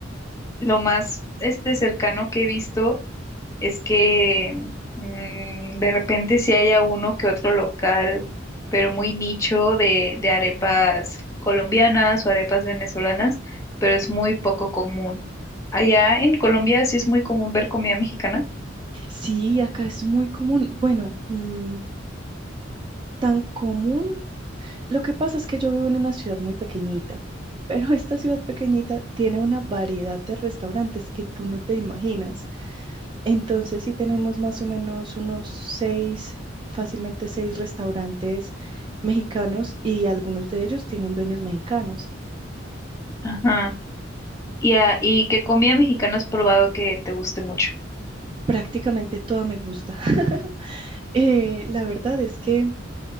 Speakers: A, on the left; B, on the right.
A: lo más este cercano que he visto es que mm, de repente sí haya uno que otro local, pero muy nicho de, de arepas colombianas o arepas venezolanas, pero es muy poco común. Allá en Colombia sí es muy común ver comida mexicana.
B: Sí, acá es muy común. Bueno, mm, tan común. Lo que pasa es que yo vivo en una ciudad muy pequeñita, <laughs> pero esta ciudad pequeñita tiene una variedad de restaurantes que tú no te imaginas. Entonces, sí tenemos más o menos unos seis, fácilmente seis restaurantes mexicanos y algunos de ellos tienen dueños mexicanos.
A: Ajá. Y, a- y qué comida mexicana has probado que te guste mucho.
B: Prácticamente toda me gusta. <laughs> Eh, la verdad es que